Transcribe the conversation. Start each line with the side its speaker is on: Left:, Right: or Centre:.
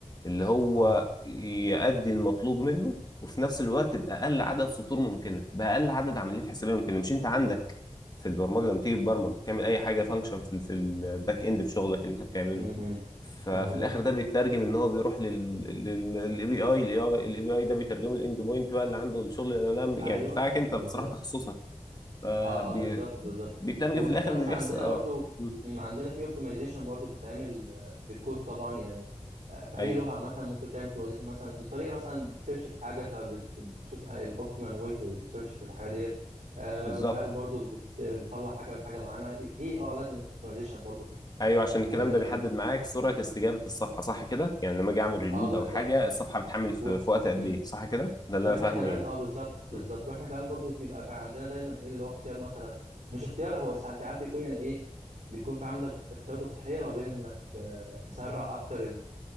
Left: اللي هو
Right: اه
Left: يؤدي المطلوب منه وفي نفس الوقت بأقل عدد سطور ممكنة بأقل عدد عمليات حسابية ممكنة مش انت عندك في البرمجة لما تيجي تبرمج تعمل اي حاجة فانكشن في ال- في الباك اند في شغلك اللي انت بتعمله
Right: امم
Left: ففي
Right: مظبوط
Left: الاخر ده بيترجم ان هو بيروح للاي بي اي الاي بي اي ده بيترجمه الاند بوينت بقى اللي عنده الشغل اللي انا
Right: ايوه
Left: يعني بتاعك انت
Right: بالظبط
Left: بصراحة تخصصك فبي-
Right: اه اه بالظبط بالظبط
Left: بيترجم
Right: واحنا
Left: في الاخر ان
Right: اصلا
Left: بيحصل
Right: عندنا
Left: اه
Right: برضو
Left: مم.
Right: مم، عندنا في اوبتمايزيشن برضو بتتعمل آه، في الكود طبعا يعني آه، في
Left: ايوه
Right: اي لغه عامه ممكن تعمل اوبتمايزيشن مثلا بطريقه مثلا بتسيرش في حاجه فبتشوف الاوبتيمم واي تسيرش في الحاجه ديت آه،
Left: بالظبط
Right: مش عارف برضو بت- بتطلع حاجه من حاجه معينه في اه لازم اوبتمايزيشن برضو في
Left: ايوه عشان الكلام
Right: الاجزاء
Left: ده
Right: اللي
Left: بيحدد
Right: عندنا
Left: معاك سرعه استجابه الصفحه صح كده يعني لما اجي اعمل ريلود
Right: اه بالظبط
Left: او حاجه الصفحه بتحمل في,
Right: و...
Left: في وقت قد
Right: مم.
Left: ايه صح كده ده اللي
Right: واحنا
Left: انا فاهمه
Right: كمان
Left: يعني
Right: اه بالظبط
Left: مم.
Right: بالظبط واحنا كمان برضو بيبقى في عندنا دايما ايه اللي هو اختيار مثلا مش اختيار هو ساعات ساعات بيكون يعني ايه بيكون في عندك اختيار تضحيه ما بين انك آه، تسرع اكتر ال-